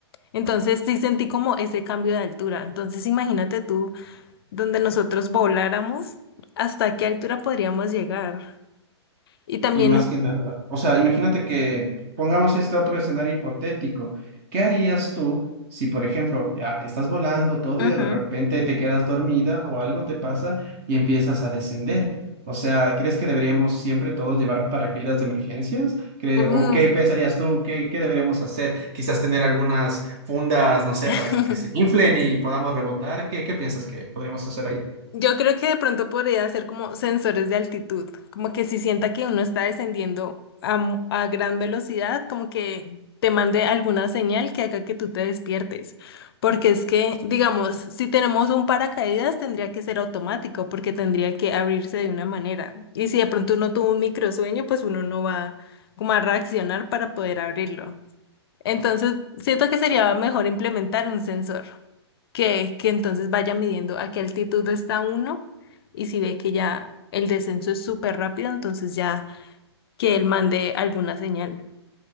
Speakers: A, on the left; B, on the right.
A: entonces sí sentí como ese cambio de altura. Entonces imagínate tú, donde nosotros voláramos, ¿hasta qué altura podríamos llegar? Y también,
B: y más que nada. O sea, imagínate que pongamos este otro escenario hipotético. ¿Qué harías tú si, por ejemplo, ya estás volando todo
A: ujú,
B: y de repente te quedas dormida o algo te pasa y empiezas a descender? O sea, ¿crees que deberíamos siempre todos llevar paracaídas de emergencias? ¿Cre-
A: uh,
B: ¿O qué pensarías tú? ¿Qué, qué deberíamos hacer? Quizás tener algunas fundas, no sé,
A: <laughs>
B: para que se inflen y podamos rebotar. ¿Qué, qué piensas que podríamos hacer ahí?
A: Yo creo que de pronto podría ser como sensores de altitud, como que si sienta que uno está descendiendo a, mu- a gran velocidad, como que te mande alguna señal que haga que tú te despiertes. Porque es que, digamos, si tenemos un paracaídas, tendría que ser automático, porque tendría que abrirse de una manera. Y si de pronto uno tuvo un microsueño, pues uno no va como a reaccionar para poder abrirlo. Entonces, siento que sería mejor implementar un sensor que, que entonces vaya midiendo a qué altitud está uno y si ve que ya el descenso es súper rápido, entonces ya que él mande alguna señal.